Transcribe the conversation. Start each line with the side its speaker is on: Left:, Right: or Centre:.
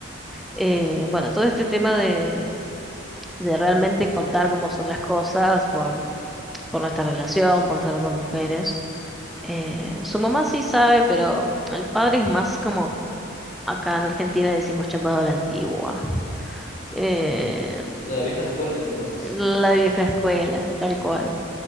Centre: Eh, bueno, todo este tema de, de realmente contar cómo son las cosas por, por nuestra relación, por ser dos mujeres. Eh, su mamá sí sabe, pero el padre es más como acá en Argentina decimos chapado a la antigua. Eh,
Left: de la vieja escuela entonces.
Centre: la vieja escuela, tal cual.